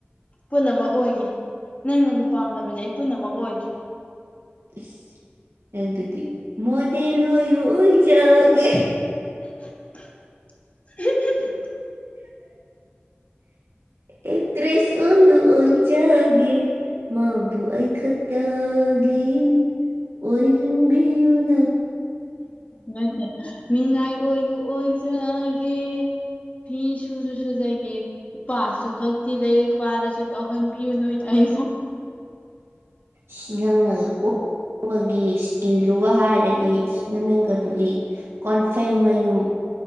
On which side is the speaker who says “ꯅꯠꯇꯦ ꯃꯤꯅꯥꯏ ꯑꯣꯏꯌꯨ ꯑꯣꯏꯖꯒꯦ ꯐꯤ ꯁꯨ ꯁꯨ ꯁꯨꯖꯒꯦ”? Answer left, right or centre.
Left